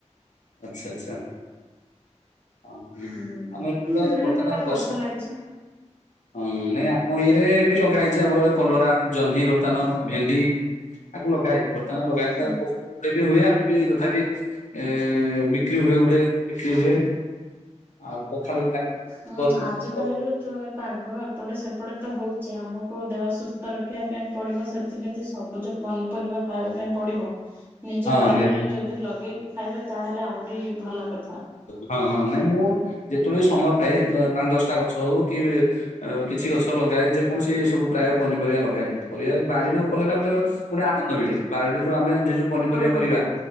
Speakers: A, on the left; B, on the right.
A: ଆଚ୍ଛା ଆଛା। ହଁ
B: ହୁଁ
A: ଆମର ଏପଟ ତ
B: ବିଭିନ୍ନ
A: ବର୍ତ୍ତମାନ
B: ପ୍ରକାର
A: ବର୍ଷ
B: ଗଛ ଲାଗିଛି
A: ହଁ ନାଇଁ ଆମ ଇଏରେ ବି ଲଗା ହେଇଛି ଆମର କଲରା ଜହ୍ନି ବର୍ତ୍ତମାନ ଭେଣ୍ଡି ଆକୁ ଲଗା ହେଇଛି ବର୍ତ୍ତମାନ ଲଗା
B: ହୁଁ।
A: ବହୁତ ଗଡେ ବି ହୁଏ ଆମେ ବି ଯଥାପି ଏ ବିକ୍ରି ହୁଏ ଗୋଟେ ବିକ୍ରି ହୁଏ ଆଉ କଖାରୁ <unintelligible>
B: ହୁଁ
A: ତରଭୁଜ
B: ଆଜିକାଲିରୁ
A: ଦିନ ତରଭୁଜ
B: ଏ ପାଗ ଏପଟେ ସେପଟେ ତ ହଉଛି ଆମକୁ ଦେହ ସୁସ୍ଥ ରଖିବା ପାଇଁ ପଡିବ ସେ ସେଥିପାଇଁ ତ ସବୁଜ ପନିପରିବା ଖାଇବା ପାଇଁ ପଡିବ ନିଜ
A: ହଁ
B: ବାରିରେ
A: ନିହାତି
B: ଯଦି ଲଗେଇକି ଖାଇବେ ତାହେଲେ ଆହୁରି ଭଲ କଥା
A: ହଁ ହଁ ନାଇଁ ମୁଁ ଯେତେବେଳେ ବି ସମୟ ପାଏ ପାଞ୍ଚ ଦଶଟା ଗଛ ହଉ କି ଅ କିଛି ଗଛ ଲଗାଏ ଯେକୌଣସି ସବୁ ପ୍ରାୟ ପନିପରିବା ଲଗାଏ ପରିବା ବାଡିରୁ କଲୋ ଗୋଟେ ଗୋଟେ ଆନନ୍ଦ ମିଳେ ବାରଡିରୁ ଆମେ ଯ ଯୋଉ ପନିପରିବା
B: ହଁ
A: କରିବା